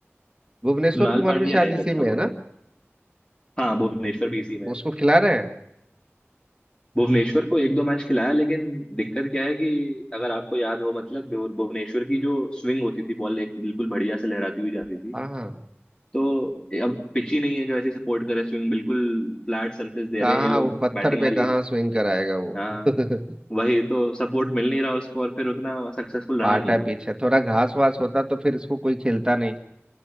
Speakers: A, on the right (about 20°); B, on the left (about 20°).
A: भुवनेश्वर
B: कृणाल
A: कुमार
B: पांड्या
A: भी शायद
B: है एक अच्छा
A: इसी में है
B: बॉलर
A: ना
B: हाँ भुवनेश्वर भी इसी में है।
A: उसको खिला रहे हैं
B: भुवनेश्वर को एक दो मैच खिलाया लेकिन दिक्कत क्या है कि अगर आपको याद हो मतलब भुव- भुवनेश्वर की जो स्विंग होती थी बॉल एक बिल्कुल बढ़िया से लहराती हुई जाती थी
A: हाँ हाँ
B: तो अब पिच ही नहीं है जो ऐसी सपोर्ट करे स्विंग बिल्कुल फ्लैट सरफेस दे
A: कहाँ
B: रहे हैं ये लोग
A: वो पत्थर
B: बैटिंग
A: पे
B: वाली
A: कहाँ स्विंग कराएगा वो
B: हाँ
A: <laughs>
B: वही तो सपोर्ट मिल नहीं रहा उसको और फिर उतना सक्सेसफुल
A: पाटा
B: रहा नहीं वो
A: पिच है थोड़ा घास वास होता तो फिर इसको कोई खेलता नहीं